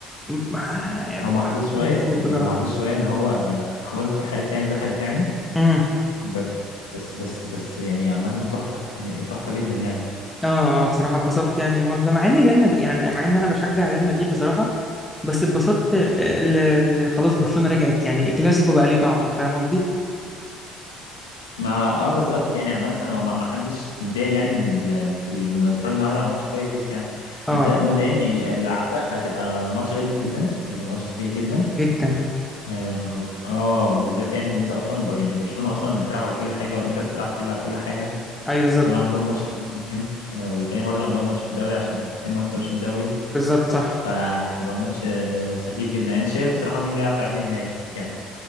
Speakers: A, in the centre; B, on the left.
A: م- ما-
B: يعني هو محظوظ شويه
A: مبسوط
B: يعني
A: بصراحه
B: هو محظوظ شويه ان هو خبطت في الحارس يعني ودخلت يعني
A: امم
B: ب- بس بس بس يعني عامه تحفه يعني تحفه جدا يعني
A: اه آه، بصراحه اتبسطت يعني الماتش ده مع ان ريال مدريد يعني مع ان انا بشجع ريال مدريد بصراحه بس اتبسطت آه، ل- ل- خلاص برشلونه رجعت يعني الكلاسيكو بقى ليه طعم فاهم قصدي
B: ما اه بالظبط يعني عامه هو ما ما حدش يتضايق يعني ان ال- في ال- إن نتفرج النهارده على ماتش كويس يعني
A: اه
B: انت مبدئيا يعني العوده هتبقى ماتش غلط جدا هيبقى ماتش سخيف جدا
A: جدا
B: اه آه، بالذات يعني ان انت اصلا بر يعني برشلونه اصلا بتلعب على كل حاجه والانتر بتلعب كل على كل حاجه
A: ايوه بالظبط
B: دول عندهم ماتش في الدوري مهم آه والتاني برضو عندهم ماتش في الدوري عشان الاثنين ما يخسروش الدوري
A: بالظبط صح
B: فهيبقى ماتش آه سخيف جدا يعني انت شايف بصراحه مين اللي يعرف يعدي من هناك يعني